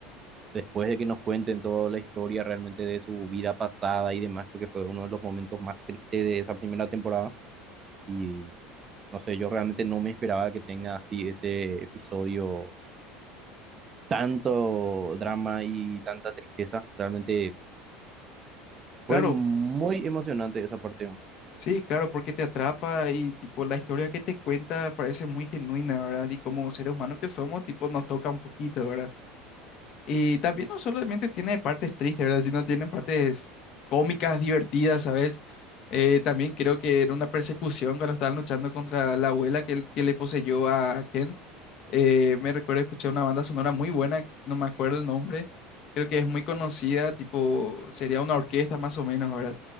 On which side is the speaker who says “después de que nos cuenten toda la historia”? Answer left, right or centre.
Right